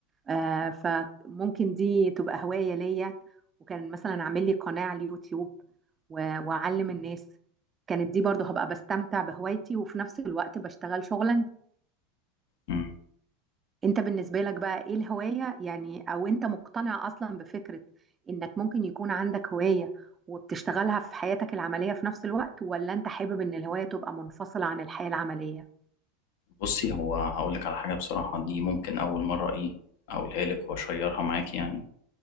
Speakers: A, on the right (about 25°); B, on the left (about 70°).
A: آه، فممكن دي تبقى هوايه ليا وكان مثلا اعمل لي قناه على اليوتيوب و- واعلم الناس كانت دي برضو هبقى بستمتع بهوايتي وفي نفس الوقت بشتغل شغلا
B: مم.
A: انت بالنسبة لك بقى ايه الهواية يعني او انت مقتنع اصلا بفكرة انك ممكن يكون عندك هواية وبتشتغلها في حياتك العملية في نفس الوقت ولا انت حابب ان الهواية تبقى منفصلة عن الحياة العملية
B: بصي هو هقول لك على حاجة بصراحة دي ممكن أول مرة إيه أقولها لك وأشيرها معاك يعني